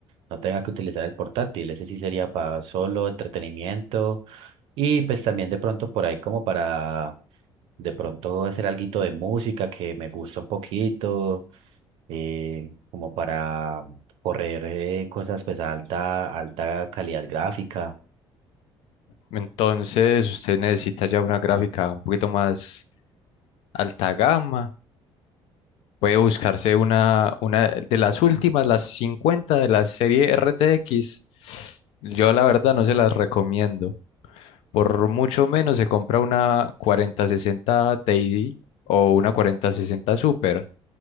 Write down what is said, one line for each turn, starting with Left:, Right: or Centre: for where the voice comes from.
Right: no tenga que utilizar el portátil. Ese sí sería para solo entretenimiento Y pues también de pronto por ahí como para de pronto hacer alguito de música que me gusta un poquito, eh, como para correr eh, cosas pues a alta, alta calidad gráfica.
Left: Entonces, usted necesita ya una gráfica un poquito más alta gama. Puede buscarse una, una de las últimas, las 50 de la serie RTX. Yo la verdad no se las recomiendo. Por mucho menos se compra una cuarenta sesenta Ti o una cuarenta sesenta Super.